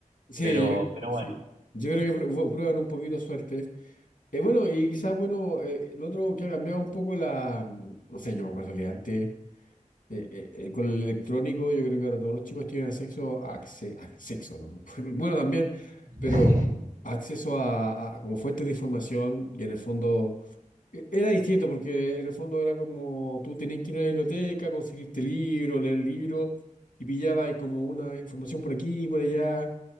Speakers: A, on the left; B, on the right.
A: Sí,
B: Pero, pero
A: yo,
B: bueno,
A: Sí. yo creo que pr- bu- prueban un poquito suerte. Eh, bueno, y quizás, bueno, eh, lo otro que ha cambiado un poco la... mm, No sé, yo me acuerdo que antes, eh, eh, eh, con el electrónico, yo creo que ahora todos los chicos tienen acceso a... acce- a sexo, ¿no? <laughs> Bueno, también,
B: <laughs>
A: pero acceso a, a como fuente de información y en el fondo eh, era distinto porque en el fondo era como tú tenías que ir a la biblioteca, conseguirte libro, leer libro y pillabas ahí como una información por aquí y por allá.